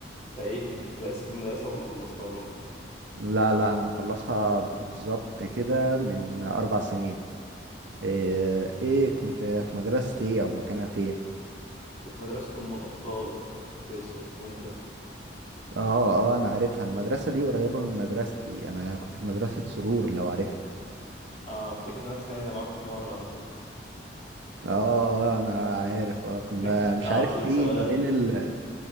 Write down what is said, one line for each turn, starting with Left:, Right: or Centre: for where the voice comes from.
Left: انت ايه كنت لسه في المدرسة ولا خلصتها برضو
Right: لا لا انا مخلصها بالظبط كده من اربع سنين ايه, ايه كنت في مدرستي ايه او مكانها فين
Left: كنت في مدرسة ام الابطال كانت في فيصل وانت
Right: اه اه انا عارفها المدرسة دي قريبة من مدرستي انا كنت في مدرسة سرور لو عارفها
Left: اه افتكر ان انا اتخانقنا معاكم في مرة على فكرة
Right: اه اه آه، انا عارف اه كنا
Left: <laughs> كان في
Right: مش
Left: على
Right: عارف
Left: طول
Right: في
Left: سوالات
Right: ما بين ال...